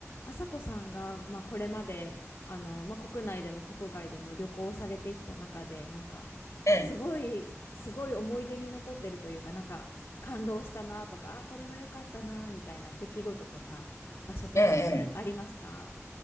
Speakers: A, on the left; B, on the left.
A: 朝子さんが、まあ、これまであの、まあ、国内でも国外でも旅行されてきた中でなんか
B: ええ、
A: すごいすごい思い出に残ってるというかなんか感動したなとかあこれは良かったなみたいな出来事とか場所とかってありますか
B: ええ、ええ